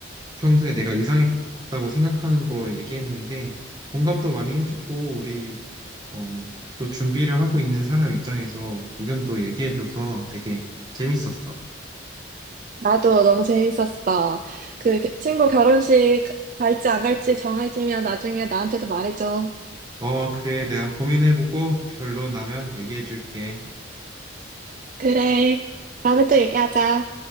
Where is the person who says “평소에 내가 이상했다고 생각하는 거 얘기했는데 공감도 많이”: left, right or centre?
Right